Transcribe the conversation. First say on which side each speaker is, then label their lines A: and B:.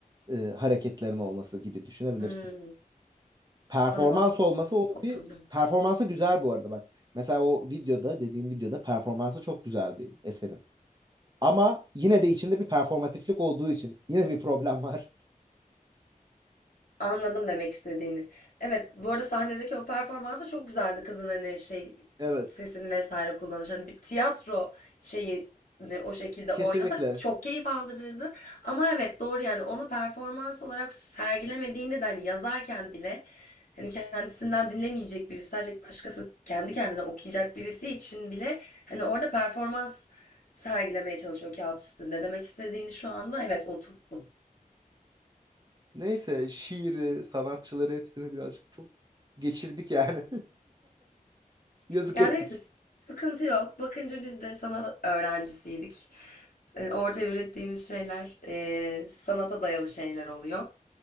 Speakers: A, on the right; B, on the left.
A: e, hareketlerin olması gibi düşünebilirsin.
B: Hmm,
A: Performans
B: tamam
A: olması onu
B: oturdum.
A: bir performansı güzel bu arada bak. Mesela o videoda dediğim videoda performansı çok güzeldi eserin. Ama yine de içinde bir performatiflik olduğu için yine bir problem var.
B: Anladım demek istediğini. Evet, bu arada sahnedeki o performansı çok güzeldi kızın hani şey
A: Evet.
B: sesini vesaire kullanış. Hani bir tiyatro şeyi ne o şekilde
A: Kesinlikle.
B: oynasa çok keyif aldırırdı. Ama evet doğru yani onu performans olarak sergilemediğinde de hani yazarken bile hani kendisinden dinlemeyecek birisi sadece başkası kendi kendine okuyacak birisi için bile hani orada performans sergilemeye çalışıyor kağıt üstünde. Demek istediğini şu anda evet oturttum.
A: Neyse şiiri, sanatçıları hepsini birazcık çok geçirdik yani. <laughs> Yazık
B: Ya
A: ettik.
B: neyse s- sıkıntı yok. Bakınca biz de sanat öğrencisiydik. E, Ortaya ürettiğimiz şeyler e, sanata dayalı şeyler oluyor.